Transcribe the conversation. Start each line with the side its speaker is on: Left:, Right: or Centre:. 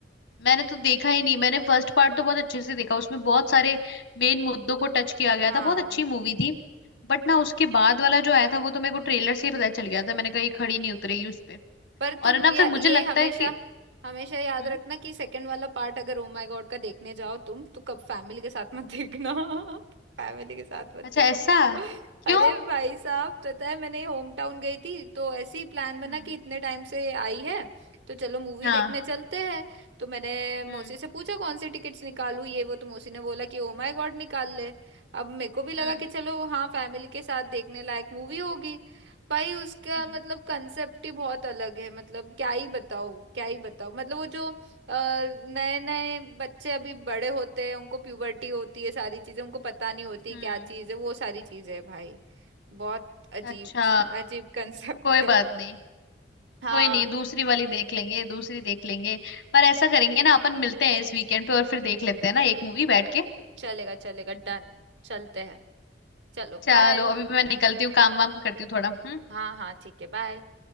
Left: मैंने तो देखा ही नहीं मैंने फर्स्ट पार्ट तो बहुत अच्छे से देखा उसमें बहुत सारे मेन मुद्दों को टच किया गया
Right: हाँ
Left: था बहुत अच्छी मूवी थी बट ना उसके बाद वाला जो आया था वो तो मेरे को ट्रेलर से ही पता चल गया था मैंने कहा ये खड़ी नहीं उतरेगी उस पे
Right: पर
Left: और
Right: तुम
Left: है ना
Right: या,
Left: फिर मुझे
Right: ये
Left: लगता
Right: हमेशा
Left: है कि
Right: हमेशा याद
Left: हम्म
Right: रखना कि सेकंड वाला पार्ट अगर ओ माय गॉड का देखने जाओ तुम तो कब फैमिली के साथ मत
Left: हम्म।
Right: देखना <laughs> फैमिली के साथ मत
Left: अच्छा
Right: देखना
Left: ऐसा
Right: <laughs> अरे
Left: क्यों
Right: भाई साहब पता है मैंने होम टाउन गई थी तो ऐसी प्लान बना
Left: हम्म
Right: कि इतने टाइम से आई है तो चलो मूवी
Left: हाँ
Right: देखने चलते हैं तो मैंने
Left: हम्म
Right: मौसी से पूछा कौन सी टिकट्स निकालूं ये वो तो मौसी ने बोला कि ओ माय गॉड निकाल ले अब मेरे को भी लगा
Left: हम्म
Right: कि चलो हाँ फैमिली के साथ देखने लायक मूवी होगी भाई उसका
Left: हम्म
Right: मतलब कंसेप्ट ही बहुत अलग है मतलब क्या ही बताओ क्या ही बताओ मतलब वो जो नए नए बच्चे अभी बड़े होते हैं उनको प्यूबर्टी होती है सारी चीजें उनको पता नहीं होती
Left: हम्म
Right: क्या चीज है वो सारी चीजें है भाई बहुत अजीब
Left: अच्छा
Right: <laughs> अजीब कंसेप्ट
Left: कोई
Right: है
Left: बात नहीं
Right: हाँ
Left: कोई नहीं दूसरी वाली देख लेंगे दूसरी देख लेंगे पर ऐसा करेंगे ना अपन मिलते हैं इस वीकेंड पे और फिर देख लेते हैं ना एक मूवी बैठ के
Right: चलेगा चलेगा डन चलते हैं चलो
Left: चलो
Right: बाय
Left: अभी मैं निकलती हूँ काम वाम करती हूँ थोड़ा हम्म
Right: हाँ हाँ ठीक है बाय